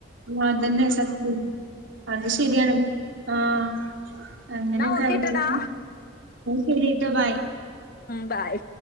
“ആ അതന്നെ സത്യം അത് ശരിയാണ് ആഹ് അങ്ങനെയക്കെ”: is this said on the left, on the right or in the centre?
Right